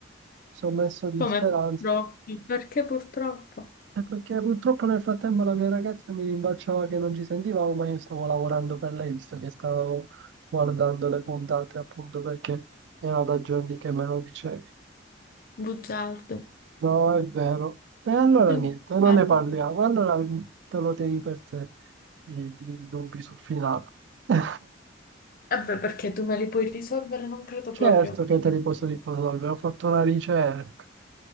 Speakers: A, on the right; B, on the left.
A: mi sono messo di
B: come
A: speranza.
B: purtroppo? Perché purtroppo?
A: E perché purtroppo nel frattempo la mia ragazza mi rimbalciava che non ci sentivamo, ma io stavo lavorando per lei, visto che stavo guardando le puntate appunto perché era da giorni che me lo dicevi.
B: Bugiardo.
A: No, è vero. E allora
B: Sei
A: niente,
B: un bugiardo.
A: non ne parliamo. Allora te lo tieni per te i, i dubbi sul finale. <laughs>
B: Eh beh, perché tu me li puoi risolvere? Non credo
A: Certo
B: proprio.
A: che te li posso risolvere, ho fatto una ricerca.